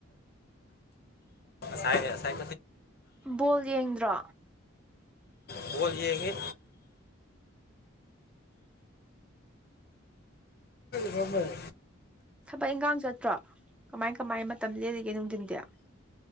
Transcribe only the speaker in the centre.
ꯕꯣꯜ ꯌꯦꯡꯗ꯭ꯔꯣ
ꯊꯕꯛ ꯏꯟꯈꯥꯡ ꯆꯠꯇ꯭ꯔꯣ ꯀꯃꯥꯏ ꯀꯃꯥꯏ ꯃꯇꯝ ꯂꯦꯔꯤꯒꯦ ꯅꯨꯡꯊꯤꯟꯗꯤ